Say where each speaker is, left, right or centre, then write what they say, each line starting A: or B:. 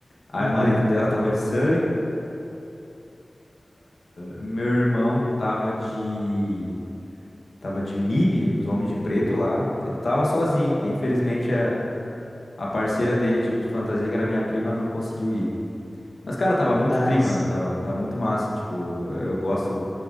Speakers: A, on the left (about 75°); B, on the left (about 45°).
A: Aí
B: Aham.
A: o marido dela tava de Sully. eh, Meu irmão tava de... Tava de MIB, né, dos Homens de Preto lá. Ele tava sozinho, porque infelizmente a, a parceira dele de, de fantasia, que era minha prima, não conseguiu ir. Mas, cara, tava muito
B: Ah,
A: tri, mano.
B: sim.
A: Tava, tava muito massa. Tipo, eu gosto,